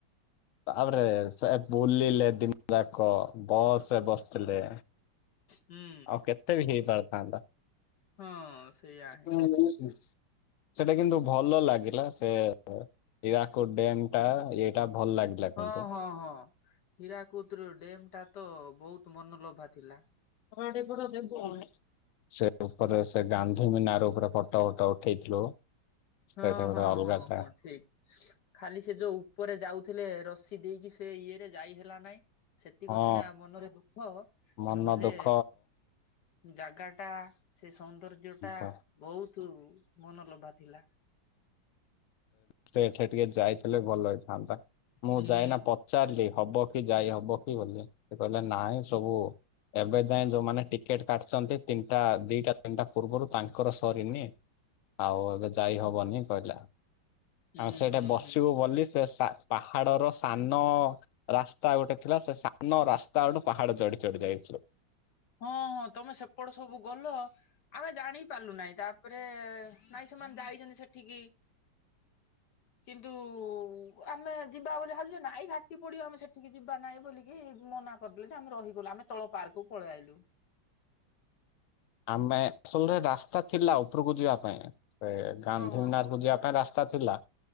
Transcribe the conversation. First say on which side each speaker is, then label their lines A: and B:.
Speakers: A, on the left; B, on the left.
A: ବାବରେ ବୁଲିିଲେ ଦିନ ଦାକ ବସରେ ବସିଥିଲେ।
B: ହୁଁ
A: ଆଉ କେତେ ବି ହେଇପାରିଥାନ୍ତା।
B: ହଁ
A: <inaudible>
B: ସେଇଆ ହିଁ
A: ସେଟା କିନ୍ତୁ ଭଲ ଲାଗିଲା ସେ ଇରାକୁଦ ଡ୍ୟାମ ଟା ଏଇଟା ଭଲ ଲାଗିଲା। କିନ୍ତୁ।
B: ହଁ ହଁ ହଁ ହୀରାକୁଦର ଡେମଟା ତ ବହୁତ ମନଲୋଭା ଥିଲା।
A: <inaudible> ସେ ଉପରେ ସେ ଗାନ୍ଧୀ ମିନାର ଉପରେ ଫଟୋ ଫଟୋ ଉଠେଇଥିଲୁ। ସେଇଟା
B: ହଁ
A: ଗୋଟେ
B: ହଁ
A: ଅଲଗା
B: ହଁ
A: ଟା
B: ହଁ ଠିକ। ଖାଲି ସେ ଯୋଉ ଉପରେ ଯାଉଥିଲେ ରସି ଦେଇକି ସେ ଇଏରେ ଯାଇ ହେଲା ନାଇଁ। ସେତିକ
A: ହଁ
B: ସିନା ମନରେ ଦୁଃଖ
A: ମନ
B: ନହେଲେ
A: ଦୁଃଖ
B: ଯାଗାଟା ସେ ସୌନ୍ଦର୍ଯ୍ୟଟା
A: ଆଉ।
B: ବହୁତ ମନଲୋଭା ଥିଲା।
A: ସେଠି ଟିକେ ଯାଇଥିଲେ ଭଲ ହେଇଥାନ୍ତା ମୁଁ
B: ହୁଁ
A: ଯାଇନା ପଚାରିଲି ହବ କି ଯାଇ ହବ କି ବୋଲି ସେ କହିଲେ ନାଇଁ ସବୁ ଏବେ ଯାଏ ଯୋଉମାନେ ଟିକେଟ କାଟିଛନ୍ତି ତିନିଟା ଦିଟା ତିନିଟା ପୂର୍ବରୁ ତାଙ୍କର ସରିନି ଆଉ ଏବେ ଯାଇ ହବନି କହିଲା?
B: ହୁଁ
A: ଆଉ, ସେଠେ
B: ହୁଁ
A: ବସିବୁ
B: ହୁଁ ହୁଁ
A: ବୋଲି ସେ ସା ପାହାଡର ସାନ ରାସ୍ତା ଗୋଟେ ଥିଲା ସେ, ସାନ ରାସ୍ତା ଗୋଟେ ପାହାଡ ଚଢି ଚଢି ଯାଇଥିଲୁ।
B: ହଁ, ହଁ, ତମେ ସେପଟେ ସବୁ ଗଲ। ଆମେ ଜାଣି ପାରିଲୁ ନାହିଁ। ତା'ପରେ ନାଇଁ ସେମାନେ ଯାଇଛନ୍ତି ସେଠିକି। କିନ୍ତୁ, ଆମେ ଯିବା ବୋଲି ଭାବିଲୁ ଯେ ନାଇଁ ଘାଟି ପଡିବ, ଆମେ ସେଠିକି ଯିବା ନାହିଁ ବୋଲି ମନା କରିଦେଲେ ଯେ ଆମେ ରହିଗଲୁ, ଆମେ ତଳ ପାର୍କକୁ ପଳେଇ ଆଇଲୁ।
A: ଆମେ ଶୁନୁନୁରେ ରାସ୍ତା ଥିଲା ଉପରକୁ ଯିବା ପାଇଁ, ସେ ଗାନ୍ଧୀ
B: ହଁ ହଁ
A: ମିନାର
B: ହଁ
A: କୁ ଯିବା ପାଇଁ ରାସ୍ତ। ସ୍ତା ଥିଲା